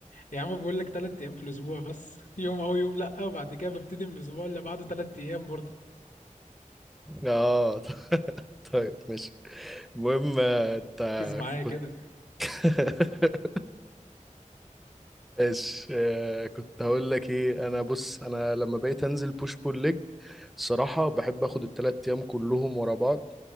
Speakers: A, on the left; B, in the centre.
A: يا عم بقول لك ثلاث ايام في الاسبوع بس <laughs> يوم اه ويوم لا بعد كده ببتدي من الاسبوع اللي بعده ثلاث ايام برضه
B: اه <laughs> طيب ماشي المهم آه، انت
A: ركز معايا
B: كنت
A: كده
B: <laughs> ايش آه كنت هقول لك ايه انا بص انا لما بقيت انزل بوش بول ليج الصراحه بحب اخد التلات ايام كلهم ورا بعض